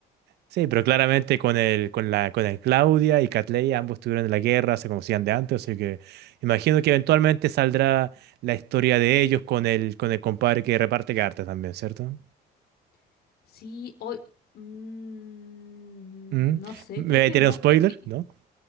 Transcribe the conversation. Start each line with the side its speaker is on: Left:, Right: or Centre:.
Right: Sí, pero claramente con el, con la, con el Claudia y Cat Leia, ambos estuvieron en la guerra, se conocían de antes, así que imagino que eventualmente saldrá la historia de ellos con el, con el compadre que reparte cartas también, ¿cierto?
Left: <laughs> sí, hoy... mm,
Right: ¿Mm?
Left: no sé,
Right: ¿Me
Left: creo
Right: voy
Left: que
Right: a tirar
Left: no.
Right: un spoiler?
Left: Es que
Right: ¿No?